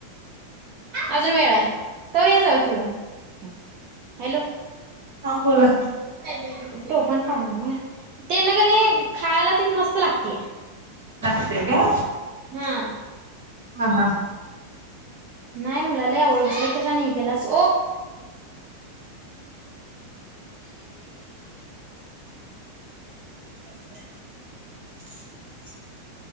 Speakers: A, on the right; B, on the right.
A: अजून वेळा आहे तर या जाव खेळून हॅलो
B: हा बोला.
A: स्टोव पण काढून दे ते नगने खायला त मस्त लागतया
B: नस्ते का..
A: हा
B: हा हा
A: नाही मुलाला आवळ बसल्या कशा नाही केलास <unintelligible> <unintelligible>